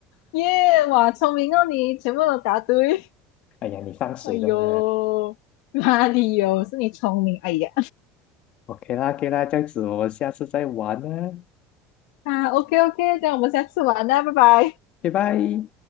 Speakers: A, on the left (about 80°); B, on the left (about 45°).
A: 耶、哇，聪明哦你，全部都答对。
B: 哎呀，你放水的嘛
A: <laughs> 哎呦，哪里有？是你聪明。哎呀，
B: ？OK 啦，OK 啦，这样子我们下次再玩啦，
A: 啊，OK OK，这样我们下次玩啦，拜拜。
B: 拜拜。